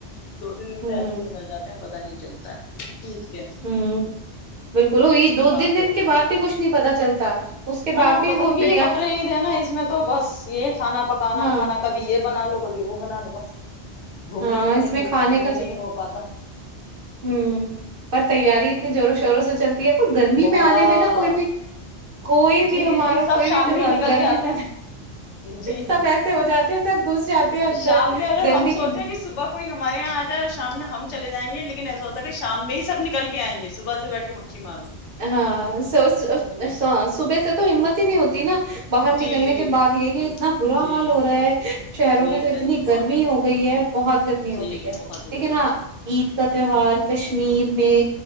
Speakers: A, on the left; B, on the right.
A: دو تین دن
B: ہوں
A: تو ایسے ہی نکل جاتے ہیں پتہ نہیں چلتا ہے عید کے
B: ہوں بالکل ا یہ
A: اس کے
B: دو
A: بعد
B: تین دن
A: دیکھتے
B: کے بعد بھی کچھ نہیں پتا چلتا اس کے
A: ہاں
B: بعد بھی
A: پتا
B: وہ
A: کیونکہ
B: بریا
A: یہ بکرا عید ہے نا اس میں تو بس یہ کھانا پکانا
B: ہاں
A: کھانا کبھی یہ بنا لو کوب وہ بنا لو بس گھومنے
B: ہاں
A: پھرنے
B: اس
A: کے
B: میں
A: لیے
B: کھانے
A: ٹائم
B: کا
A: ہی نہیں
B: چکر
A: ہو پاتا
B: ہوں پر تیاری اتنی زور شوروں سے چلتی پر گرمی
A: بہت
B: میں آنے میں نا کوئی بھی کوئی بھی
A: جی
B: ہمارا
A: جی جی سب
B: کوئی
A: شام
B: بھی تیوار
A: میں ہی نکل
B: گرمی
A: کے آتے
B: میں
A: ہیں جی
B: سب ایسے ہو جاتے ہیں سب گھس جاتے ہیں اندر
A: شام میں اگر
B: گرمی
A: ہم سوچیں
B: کے
A: کہ صبح کوئی ہمارے یہاں آ جائے اور شام میں ہم چل جائیں گ ل ایسا ہوتا کہ شام میں ہی سب نکل کے آیں گے صبح سے بیٹھ کے مکھی مارو
B: ہاں س
A: جی ہوتا
B: صبح سے تو ہمت ہی نہیں ہوتی نا باہر
A: ہے۔ جی
B: نکلنے
A: جی
B: کے بعد یہ یہ اتنا برا
A: جی
B: حال ہو رہا ہے شہروں
A: جی
B: میں تو اتنی
A: بہت
B: گرمی
A: ہے
B: ہو گئی ہے بہت گرمی ہو
A: جی
B: گئی ہے
A: بہت ہی
B: لیکن
A: زیادہ
B: ہاں عید کا تہوہار کشمیر میں